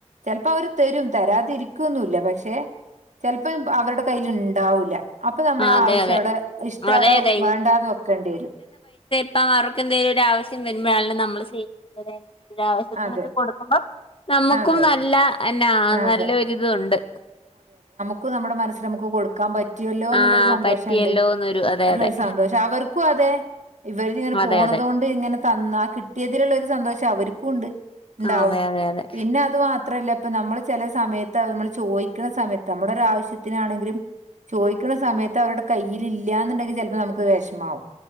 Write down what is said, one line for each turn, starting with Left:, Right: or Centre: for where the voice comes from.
Right: ചെലപ്പോ അവര് തരും തരാതിരി ക്കൊന്നുല്ല പക്ഷെ ചെലപ്പോ അവരടെ കയ്ൽ ണ്ടാവൂല അപ്പ നമ്മടെ
Left: ആ അതെ
Right: ആവശ്യവ്ടെ
Left: അതെ
Right: ഇഷ്ടവ്ടെ
Left: അതെ അതെ
Right: വേണ്ടാന്ന് വെക്കണ്ടി വരും.
Left: പ്പവർക്കന്തേലും ഒരു ആവശ്യം വരുമ്പോഴാണേലും നമ്മള് <unintelligible> ആവശ്യത്തിനൊക്കെ
Right: അതെ
Left: കൊടുക്കുമ്പാ നമ്മുക്കും
Right: അതെ
Left: നല്ല എന്നാ
Right: അതെ
Left: നല്ല ഒരിതൊണ്ട്.
Right: <unintelligible> നമ്മടെ മനസ്സ് കൊടുക്കാം പറ്റ്യല്ലോന്നൊള്ളൊരു
Left: ആ
Right: സന്തോഷണ്ട്
Left: പറ്റിയല്ലോന്നൊരു അതെ
Right: നല്ലൊരു
Left: അതെ
Right: സന്തോഷം അവർക്കും അതെ ഇവരിങ്ങനെ
Left: അതെ
Right: പോണതൊണ്ട്
Left: അതെ
Right: ഇങ്ങനെ തന്നാ കിട്ടിയതിലുള്ള ഒരു സന്തോഷം അവര്ക്കും ഉണ്ട്. ഇണ്ടാവും
Left: അതെ അതെ അതെ
Right: പിന്നത് മാത്രല്ല. പ്പ നമ്മള് ചെലെ സമയത്ത് നമ്മൾ ചോദിക്കണ സമയത്ത് നമ്മടൊരാവശ്യത്തിനാണെങ്കിലും. ചോയ്ക്കണ സമയത്ത് അവരുടെ കയ്യിൽ ഇല്ല്യാന്നുണ്ടെങ്കി ചെലപ്പോ നമുക്കത് വെഷമാവും.